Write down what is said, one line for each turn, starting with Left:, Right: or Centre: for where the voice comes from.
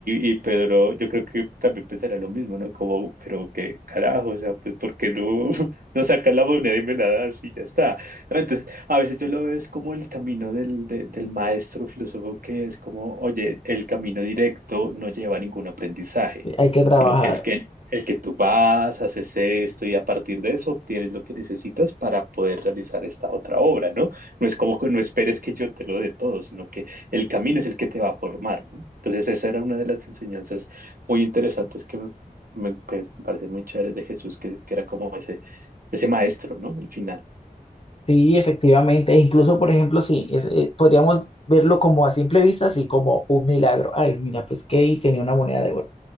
Right: y, y Pedro, yo creo que también pensará lo mismo, ¿no? Como, pero qué carajo, o sea, pues ¿por qué no, <laughs> no sacas la moneda y me la das y ya está? ¿no? Entonces, a veces yo lo veo es como el camino del, de- del maestro filósofo que es como, oye, el camino directo no lleva a ningún aprendizaje,
Left: sí, Hay que trabajar.
Right: sino que el que, el que tú vas, haces esto y a partir de eso obtienes lo que necesitas para poder realizar esta otra obra, ¿no? No es como que no esperes que yo te lo dé todo, sino que el camino es el que te va a formar, ¿no? Entonces, esa era una de las enseñanzas muy interesantes que me, me- que me parecen muy chéveres de Jesús, que, que era como ese, ese maestro, ¿no? El final.
Left: Sí, efectivamente. e Incluso, por ejemplo, sí, es- eh, podríamos verlo como a simple vista, así como un milagro. Ay, mira, pesqué y tenía una moneda de oro.